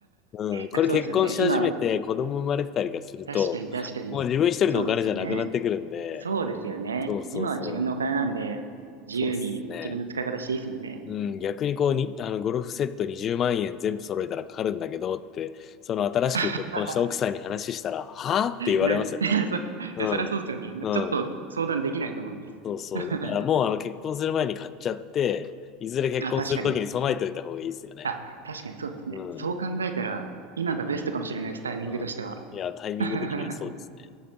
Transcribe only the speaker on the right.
や、そうですよね。今、確かに確かに。
そうですよね。そうですよね。
今は自分のお金なんで、自由に自分の使い方していいですもんね。
<laughs>
な、いや、そ、いや、
そりゃそうですよね。
ちょっと相談できないと思います。
<laughs>
あ、確かに。あ、確かにそうですね。
そう考えたら、
今がベストかもしれないです、タイミングとしては。
<laughs>